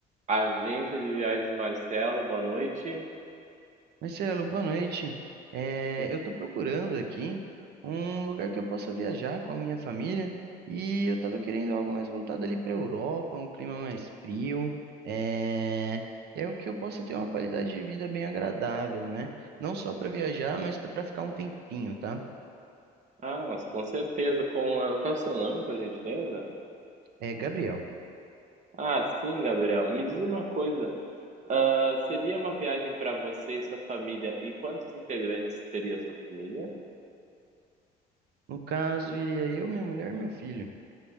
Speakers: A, on the right; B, on the right.
A: Agência de viagens Marcelo, boa noite.
B: Marcelo, boa noite. Eh,
A: Co-
B: eu estou procurando aqui um lugar que eu possa viajar com a minha família e eu estava querendo algo mais voltado ali para a Europa, um clima mais frio, é, é o que eu possa ter uma qualidade de vida bem agradável, né? Não só para viajar, mas para ficar um tempinho, tá?
A: Ah, mas com certeza. Com, a- qual é o seu nome, por gentileza?
B: É, Gabriel,
A: Ah, sim, Gabriel. Me diz uma coisa. Ah, seria uma viagem para você e sua família? E quantos integrantes teria a sua família?
B: no caso, iria eu, minha mulher e meu filho.